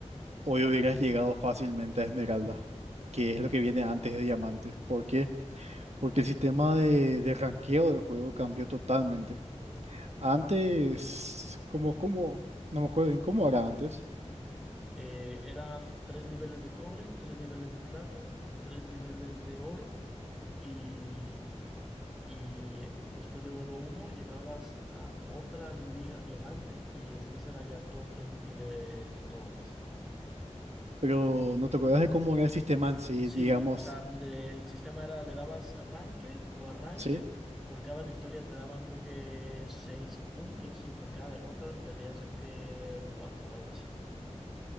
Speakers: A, on the right (about 65°); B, in the centre.
A: hoy hubieras llegado fácilmente a Esmeralda, que es lo que viene antes de Diamante. ¿Por qué? Porque el sistema de, de ranqueo del juego cambió totalmente. Antes, como, como, no me acuerdo bien cómo era antes,
B: Eh, eran tres niveles de cobre, tres niveles de plata, tres niveles de oro y, y después de oro uno llegabas a otra liga, diamante, y después era ya top MVP de, de todo, pues.
A: pero no te acuerdas de cómo era el sistema en sí,
B: Sí,
A: digamos,
B: o sea, de- el sistema era, le dabas ranked, jugar ranked,
A: sí.
B: por cada victoria te daban creo que seis puntos y por cada derrota perdías creo que cuatro o algo así.